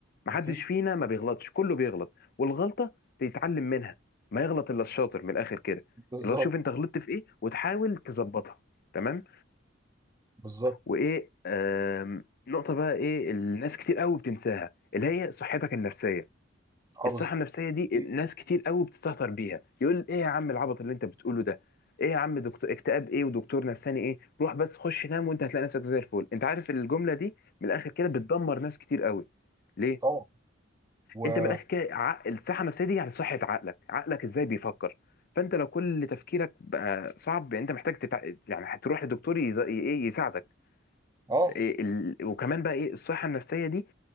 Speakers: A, on the left; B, on the right.
A: محدش
B: اكيد
A: فينا ما بيغلطش كله بيغلط والغلطه تتعلم منها ما يغلط الا الشاطر من الاخر كده
B: بالظبط
A: لو شوف انت غلطت في ايه وتحاول تظبطها تمام
B: بالظبط
A: وايه آم، نقطه بقى ايه الناس كتير قوي بتنساها اللي هي صحتك النفسيه
B: اه
A: الصحة
B: بالظبط
A: النفسية دي
B: اكيد
A: ناس كتير قوي بتستهتر بيها يقول ايه يا عم العبط اللي انت بتقوله ده ايه يا عم دكتور اكتئاب ايه ودكتور نفساني ايه روح بس خش نام وانت هتلاقي نفسك زي الفل انت عارف الجملة دي من الاخر كده بتدمر ناس كتير قوي ليه
B: طبعا و
A: انت من الاخر كده ع- الصحة النفسية دي يعني صحة عقلك عقلك ازاي بيفكر فانت لو كل تفكيرك بقى صعب يعني انت محتاج تتع... يعني هتروح لدكتور يز... ايه يساعدك
B: اه
A: إيه ال... وكمان بقى ايه الصحة النفسية دي